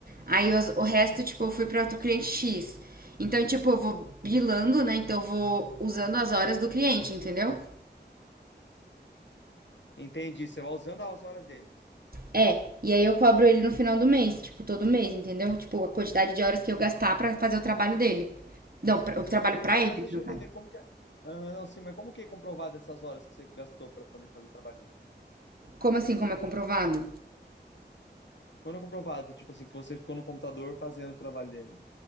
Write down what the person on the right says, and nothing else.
Aí os- o resto, tipo, eu fui para outro cliente X. Então, tipo, eu vou bilando, né? Então, eu vou usando as horas do cliente, entendeu?
É, e aí eu cobro ele no final do mês, tipo, todo mês, entendeu? Tipo, a quantidade de horas que eu gastar pra fazer o trabalho dele. Não, pra- o trabalho
pra ele.
né, no
caso.
Como assim, como é comprovado?